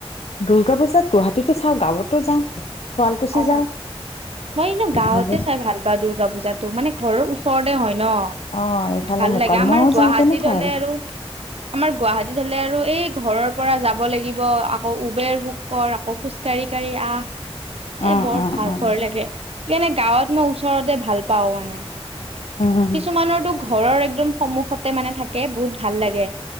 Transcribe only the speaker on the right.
অ
মই এনেও
গাঁৱতে চাই ভাল পাওঁ দুৰ্গা পূজাতটো মানে ঘৰৰ ওচৰতে হয় ন
ভাল
লাগে আমাৰ গুৱাহাটীত
হলে আৰু আমাৰ গুৱাহাটীত হলে আৰু এই ঘৰৰ পৰা যাব লাগিব আকৌ উবেৰ বুক কৰ আকৌ খোজ কঢ়ি কাঢ়ি আহ।
এ বৰ
ভাগৰ
লাগে। সেইকাৰণে গাঁৱত মই ওচৰতে ভাল পাও মানে কিছুমানৰতো
ঘৰৰ একদম সন্মুখতে মানে থাকে বহুত ভাল লাগে।